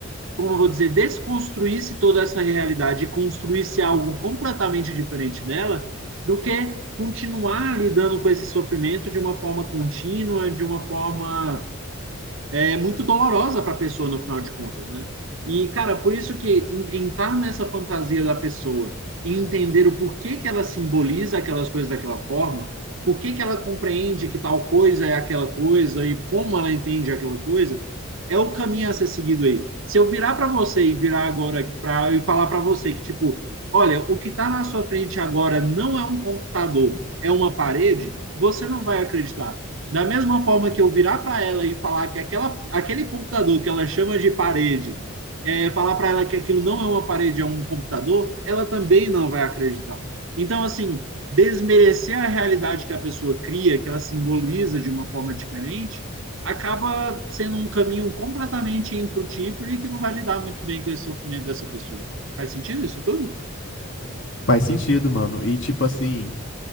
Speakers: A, on the right; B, on the left.
A: como eu vou dizer, desconstruísse toda essa realidade e construísse algo completamente diferente nela do que continuar lidando com esse sofrimento de uma forma contínua, de uma forma é muito dolorosa para a pessoa no final de contas, né? E, cara, por isso que entrar nessa fantasia da pessoa e entender o porquê que ela simboliza aquelas coisas daquela forma, por que que ela compreende que tal coisa é aquela coisa e como ela entende aquela coisa, é o caminho a ser seguido aí. Se eu virar para você e virar agora pra, e falar para você que, tipo, olha, o que está na sua frente agora não é um computador, é uma parede, você não vai acreditar. Da mesma forma que eu virar para ela e falar que aquela, aquele computador que ela chama de parede, é, falar para ela que aquilo não é uma parede, é um computador, ela também não vai acreditar. Então, assim, desmerecer a realidade que a pessoa cria, que ela simboliza de uma forma diferente, acaba sendo um caminho completamente infrutífero e que não vai lidar muito bem com esse sofrimento dessa pessoa. Faz sentido isso tudo?
B: Faz sentido, mano. E tipo assim.